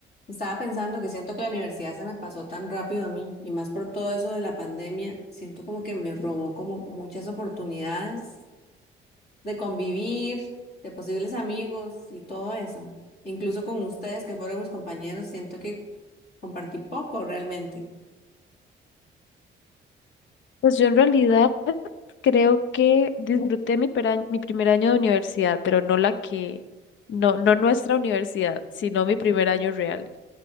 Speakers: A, on the left; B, on the left.
A: Estaba pensando que siento que la universidad se me pasó tan rápido a mí y más por todo eso de la pandemia, siento como que me robó como muchas oportunidades de convivir, de posibles amigos y todo eso. Incluso con ustedes que fueron mis compañeros, siento que compartí poco realmente.
B: Pues yo en realidad creo que disfruté mi, pera- mi primer año de universidad, pero no la que, no, no nuestra universidad, sino mi primer año real.